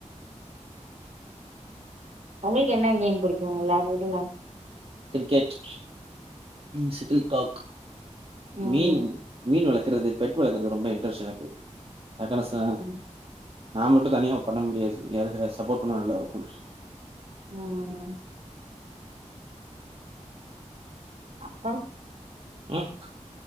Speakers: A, on the right (about 70°); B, on the right (about 50°).
A: உங்களுக்கு என்ன கேம் புடிக்கும்ல, புடிக்கும்ல
B: கிரிக்கெட் ம் ஷுட்டில் கிராக்
A: ம்.
B: மீன் மீன் விளக் ர்க்குறது பெட் வளர்க்குறது ரொம்ப இன்டரஸ்ட் எனக்கு அக்கன ச
A: ம்.
B: நான் மட்டும் தனியா பண்ண முடியாது யாரா சப்போர்ட் பண்ண நல்லா இருக்கும்
A: உம்ம் அப்பா
B: உம்